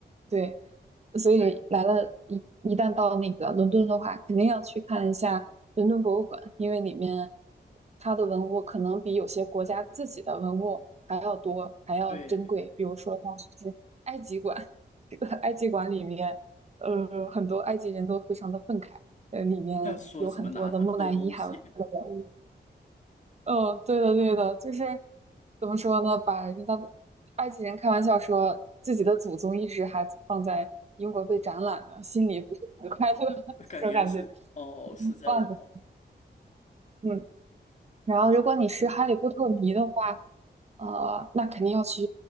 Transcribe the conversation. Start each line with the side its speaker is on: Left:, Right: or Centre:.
Right: 对，所以来了一一旦到那个伦敦的话，
Left: 对。
Right: 肯定要去看一下伦敦博物馆，因为里面它的文物可能比有些国家自己的文物还要多，还要珍贵。
Left: 对，
Right: 比如说像是埃及馆，这个埃及馆里面，呃，很多埃及人都非常的愤慨，呃，里面有很多的木乃伊，
Left: <laughs> 说什么拿他们的东西，
Right: 还有它的文物嗯，对的，对的，就是怎么说呢？把人家的埃及人开玩笑说自己的祖宗一直还放在英国被展览呢，心里不是很快乐，<laughs>
Left: <laughs> 感觉是哦，
Right: 这种感觉。
Left: 是这种，
Right: 段子，嗯。然后，
Left: 嗯，
Right: 如果你是哈利波特迷的话，
Left: 嗯
Right: 呃，那肯定要去